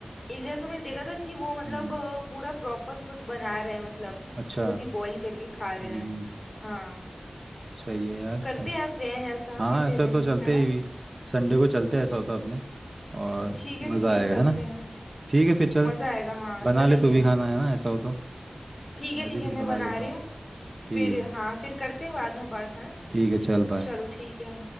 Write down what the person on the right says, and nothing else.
हम्म
अच्छा
हम्म
सही है यार
ऐस,
हाँ
ऐसा
तो चलते
ही संडे को चलते हैं, ऐसा होता अपने और
मज़ा
आएगा
है ना
ठीक है फिर चल
बना
ले तू भी खाना है ना ऐसा हो तो
मैं
भी कुछ
बना
लेता
हूँ
ठीक
है
ठीक है चल बाय